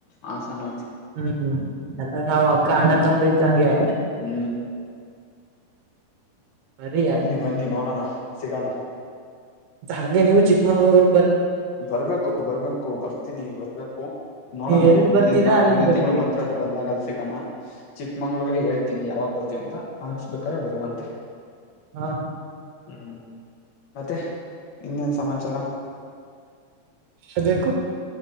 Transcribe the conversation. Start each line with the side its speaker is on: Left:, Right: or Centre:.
Left: ಹಾಸನ
Right: ಹ್ಮ್ ಎಲ್ಲ ನಾ್ ಅಕ್ಕ ಅಣ್ಣ ತಂಬ್ರ ಇದ್ದಂಗೆ.
Left: ಹ್ಮ್
Right: ಬರೀ
Left: ಬನ್ನಿ ಬನ್ನಿ ನೋಡೋಣ ಸಿಗಣ.
Right: ಹಂಗೆ ನೀವು ಚಿಕ್ಕಮಂಗ್ಳೂರು.
Left: ಬರ್ಬೇಕು ಬರ್ಬೇಕು ಬರ್ತೀನಿ ಬರ್ಬೇಕು ನೋಡೋಣ
Right: ನೀವ್ ಎಲ್ ಬರ್ತೀರಾ
Left: ನ
Right: ಅಲ್ಲಿಗ್
Left: ಮುಂದಿನ
Right: ಬರ್ತೀವಿ
Left: ತಿಂಗಳು ಮಂತ್ರಾಲ. ಬಂದಾಗಲ್ ಸಿಗಣ ಚಿಕ್ಕಮಂಗಗಳೂರಿಗೆ ಹೇಳ್ತೀನಿ ಯಾವಾಗ ಬರ್ತೀವಿಂತ. ಹಾಕ್ಸ್ಬೇಕಾರೆ ಬರುವಂತೆ
Right: ಹಾ
Left: ಹ್ಮ್. ಮತ್ತೆ ಇನ್ನೇನ ಸಮಾಚಾರ.
Right: ಅಭ್ಯಾಕು